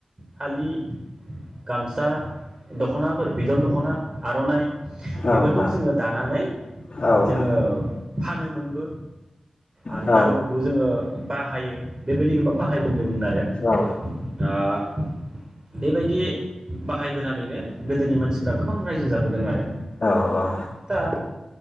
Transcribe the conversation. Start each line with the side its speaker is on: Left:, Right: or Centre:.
Right: फालि गामसा दख'नाफोर बिदन दख'ना आर'नाइ बेफोरखौ
Left: औ नोंथां।
Right: जोंङो दानानै
Left: औ नोंथां
Right: जोंङो फानोमोनबो आरो
Left: औ
Right: नांगौखौ
Left: औ
Right: जोंङो बाहायो बेबायदि गोबां बाहायबोदोंमोन आरो
Left: औ
Right: दा ओ बेबायदि बाहायबोनानैनो गोदोनि मानसिफ्रा गोबां रायजो जाबोदों आरो
Left: औ औ
Right: दा